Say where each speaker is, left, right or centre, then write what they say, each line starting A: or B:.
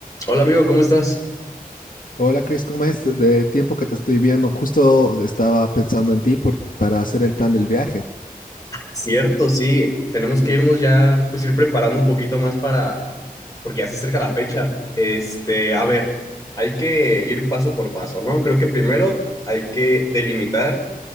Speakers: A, on the left; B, on the left.
A: Hola amigo, ¿cómo estás?
B: Hola Chris, ¿cómo es? De tiempo que te estoy viendo, justo estaba pensando en ti por- para hacer el plan del viaje.
A: Cierto, sí, tenemos que irnos ya, pues ir preparando un poquito más para, porque ya se acerca la fecha. Este, a ver, hay que ir paso por paso, ¿no? Creo que primero hay que delimitar